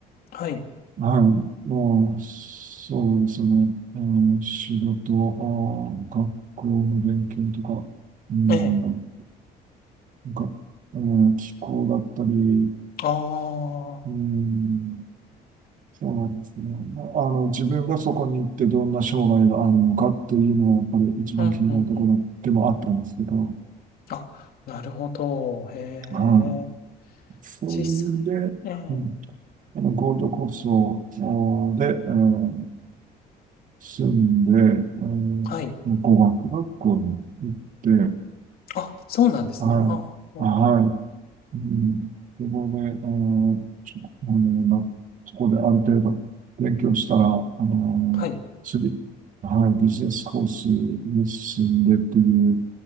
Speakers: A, on the left; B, on the right.
A: はい。
B: はい。もう、そうですね。あの仕事、あ学校の勉強とか、うん、
A: ええ、
B: なんか、えー気候だったり、
A: ああ、
B: うん、そうなんですね。まああの、自分がそこに行ってどんな将来があるのかっていうのは、やっぱり一番気になるところでもあったんですけど、
A: うん、うん、うん。あ、なるほど。へ
B: は
A: え、
B: い。そういうんで、
A: 実際。ええ、
B: うん、あのゴールドコーストをで、えー住んで、えー
A: はい。
B: 語学学校に行って、
A: あ、そうなんですね。
B: はい、
A: あ、あ
B: あはい、うん、そこで、あの、ちょあのそこである程度勉強したら、あの、
A: はい。
B: 次、はい、ビジネスコースに進んでっていう、